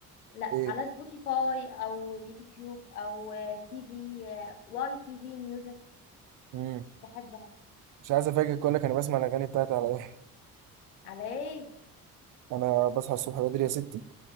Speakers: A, on the left; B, on the right.
A: لا
B: ايه؟
A: على سبوتيفاي أو اليوتيوب أو تي في واي تي في ميوزك
B: مم.
A: بحبها
B: مش عايز افاجئك اقول لك انا بسمع الاغاني بتاعتي على ايه؟
A: على إيه؟
B: انا بصحى الصبح بدري يا ستي